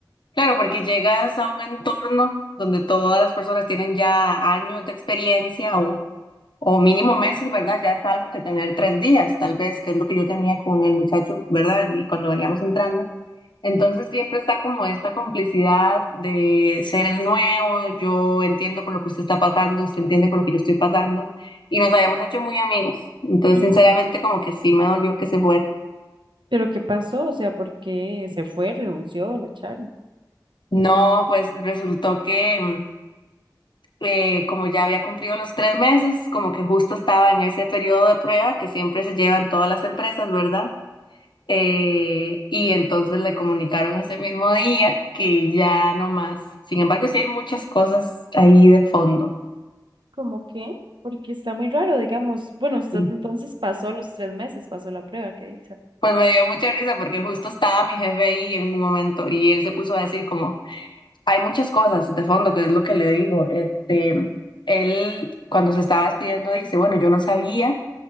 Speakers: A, on the left (about 75°); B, on the right (about 80°).
A: Claro, porque llegas a un entorno donde todas las personas tienen ya años de experiencia o, o mínimo meses, ¿verdad? Ya es algo que tener tres días, tal vez, que es lo que yo tenía con el muchacho, ¿verdad? Y cuando veníamos entrando. Entonces siempre está como esta complicidad de ser el nuevo, yo entiendo por lo que usted está pasando, usted entiende por lo que yo estoy pasando, y nos habíamos hecho muy amigos. Entonces,
B: Ujú.
A: sinceramente, como que sí me dolió que se fuera.
B: Pero ¿qué pasó? O sea, ¿por qué se fue, renunció, lo echaron?
A: No, pues resultó que mm, eh, como ya había cumplido los tres meses, como que justo estaba en ese periodo de prueba que siempre se llevan todas las empresas, ¿verdad? Eh, y entonces le comunicaron ese mismo día que ya no más. Sin embargo, sí hay muchas cosas ahí de fondo.
B: ¿Cómo qué? Porque está muy raro, digamos. Bueno, usted
A: Sí.
B: entonces pasó los tres meses, pasó la prueba, qué dicha.
A: Pues me dio mucha risa porque justo estaba mi jefe ahí en un momento y él se puso a decir como, hay muchas cosas de fondo, que es lo que le digo. Este, él cuando se estaba despidiendo dice, bueno, yo no sabía.